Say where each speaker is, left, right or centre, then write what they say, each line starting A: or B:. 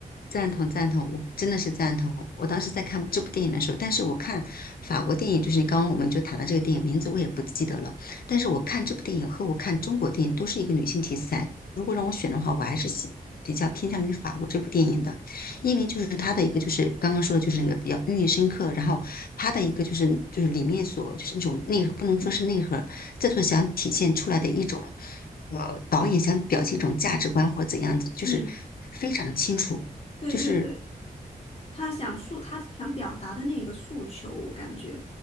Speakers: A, on the left (about 75°); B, on the left (about 40°).
A: 赞同赞同，我真的是赞同。我当时在看这部电影的时候，但是我看法国电影，就是刚刚我们就谈了这个电影名字，我也不记得了。但是我看这部电影和我看中国电影都是一个女性题材。如果让我选的话，我还是喜比较偏向于法国这部电影的，因为就是它的一个就是刚刚说的就是那个比较寓意深刻，然后它的一个就是就是里面所就是那种内核，不能说是内核，这就想体现出来的一种，呃，导演想表现一种价值观或者怎样子，就是非常的清楚，
B: 嗯，对对对。
A: 就是
B: 他想诉他想表达的那个诉求，我感觉，